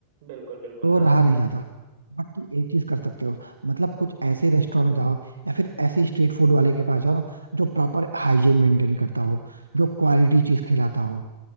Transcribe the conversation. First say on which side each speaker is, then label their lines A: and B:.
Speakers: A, on the right; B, on the right.
A: बिल्कुल बिल्कुल
B: तो
A: हाँ
B: रहा नहीं जाता बट तुम एक चीज कर सकते हो मतलब कुछ ऐसे रेस्टोरेंट में जाओ या फिर ऐसे स्ट्रीट फूड वाले के पास जाओ ना, जो प्रॉपर हाइजीन मेंटेन करता हो जो क्वालिटी चीज खिलाता हो